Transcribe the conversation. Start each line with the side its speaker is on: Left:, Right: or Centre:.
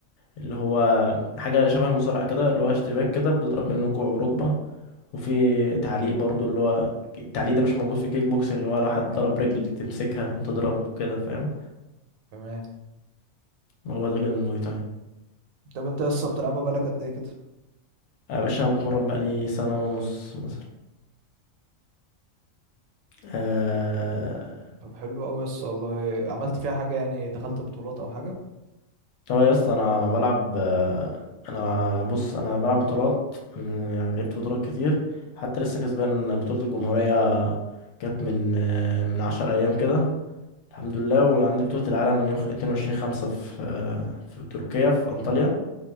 Left: اللي هو حاجه شبه المصارعه كده اللي هو اشتباك كده بتضرب منه كوع وركبه وفي تعليق برضو اللي هو التعليق ده مش موجود في كيك بوكسنج اللي هو لو حد ضرب رجل تمسكها وتضرب وكده فاهم
Right: تمام
Left: هو ده كان الموي تاي
Right: طب انت يس بتلعبها بقالك قد ايه كده
Left: يا باشا أنا بتمرن بقالي سنة ونص مثلا آه،
Right: طب حلو قوي يس والله عملت فيها حاجة يعني دخلت بطولات او حاجة
Left: هو يا اسطى أنا بلعب آه، أنا بص أنا بلعب بطولات م- يعني لعبت بطولات كتير حتى لسه كسبان بطولة الجمهورية كانت من آه، من عشر أيام كده الحمد لله وعندي بطولة العالم من يوم اتنين وعشرين خمسة في آه، في تركيا في أنطاليا